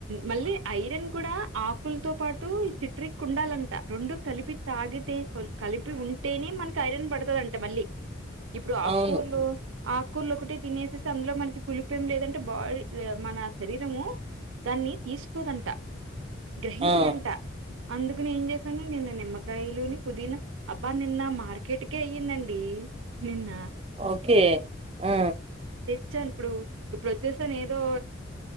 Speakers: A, on the right (about 85°); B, on the right (about 30°).
A: మళ్ళీ ఐరన్ కూడా ఆకులతో పాటు సిట్రిక్ ఉండాలంట రెండు కలిపి తాగితే కలిపి ఉంటేనే మనకి ఐరన్ పడతుదంట మళ్ళీ ఇప్పుడు ఆ
B: అవును
A: కూళ్ళ ఆ కూర్లు ఒకే తినేసే అందులో మనకి పులిప ఏం లేదంటే బా మన శరీరము దాన్ని తీసుకోదంట గ్రహించదంట
B: ఆ
A: అందుకుని ఏం చేసాను నిన్న నిమ్మకాయలుని పుదీనా అబ్బా నిన్న మార్కెట్కే అయ్యిందండి నిన్న
B: ఓకే ఆ
A: వచ్చాను ఇప్పుడు ఇప్పుడు వచ్చేస్తాను ఏ ో